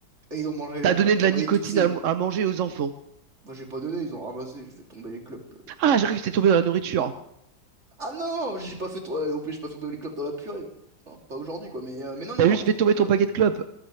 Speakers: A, on the right (about 35°); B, on the right (about 60°).
A: Et ils ont mangé
B: T'as
A: les
B: donné
A: clopes.
B: de la
A: Ouais,
B: nicotine
A: ils toussaient.
B: à, à manger aux enfants.
A: Moi, j'ai pas donné, ils ont ramassé, j'ai fait tomber les clopes.
B: Ah, j'ai cru que c'était tombé dans la nourriture.
A: Ah non, j'ai pas fait trop- ouais, non plus, j'ai pas fait tomber les clopes dans la purée. Enfin, pas aujourd'hui, quoi, mais, euh, mais non, non,
B: T'as
A: non,
B: juste fait tomber
A: non.
B: ton paquet de clopes.